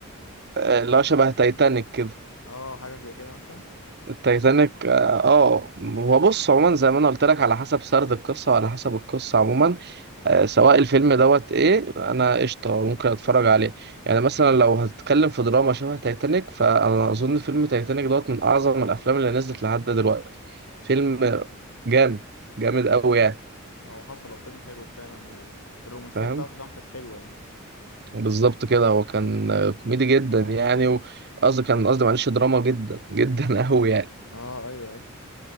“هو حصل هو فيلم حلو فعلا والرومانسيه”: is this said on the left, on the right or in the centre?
Left